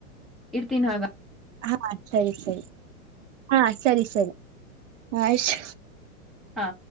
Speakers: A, in the centre; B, on the right.
A: ಇಡ್ತೀನ ಹಾಗ
B: ಹೌ ಹಾ ಸರಿ ಸರಿ ಹಾ ಸರಿ ಸರಿ ಆಯ್ತು
A: ಹಾ